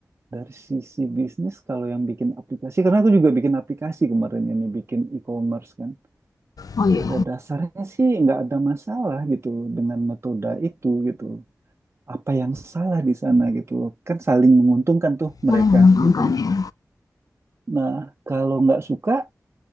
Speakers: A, on the right; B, on the left.
A: Dari sisi bisnis kalau yang bikin aplikasi, karena aku juga bikin aplikasi kemarin ini, bikin e-commerce kan.
B: oh iya
A: Pada dasarnya sih nggak ada masalah gitu loh dengan metode itu gitu loh. Apa yang salah di sana gitu loh. Kan saling menguntungkan tuh
B: kalian
A: mereka
B: menguntungkan
A: gitu.
B: ya
A: Nah, kalau nggak suka,